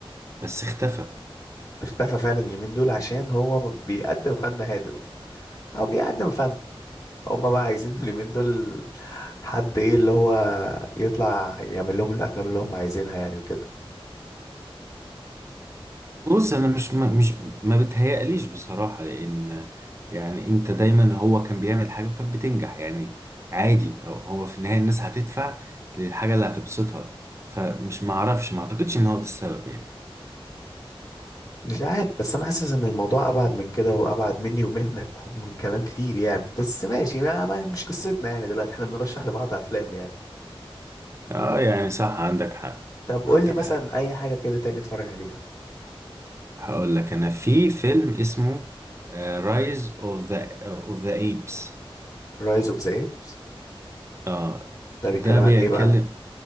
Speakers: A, on the right (about 30°); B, on the left (about 40°).
A: بس اختفى
B: اختفى فعلا اليومين دول عشان هو ما بيقدم فن هادف او بيقدم فن هما بقى عايزين <laughs> اليومين دول حد ايه اللي هو يطلع يعمل لهم الافلام اللي هم عايزينها يعني وكده
A: بص انا مش ما مش ما بتهيأليش بصراحه لان يعني انت دايما هو كان بيعمل حاجه وكانت بتنجح يعني عادي هو هو في النهايه الناس هتدفع للحاجه اللي هتبسطها فمش معرفش ما اعتقدش ان هو ده السبب يعني
B: مش عارف بس انا حاسس ان الموضوع ابعد من كده وابعد مني ومنك ومن كلام كتير يعني بس ماشي ما ما- مش قصتنا يعني دلوقتي احنا بنرشح لبعض افلام يعني
A: اه يعني صح عندك حق
B: طب قول
A: عندك
B: لي مثلا
A: حق
B: اي حاجه كده تاني اتفرج عليها
A: هقول لك انا في فيلم اسمه رايز اوف ذا اوف ذا ايبس
B: رايز اوف ذا ايبس
A: اه Rise of the- of the Apes. آه،
B: ده بيتكلم
A: ده بيتكلم
B: عن ايه بقى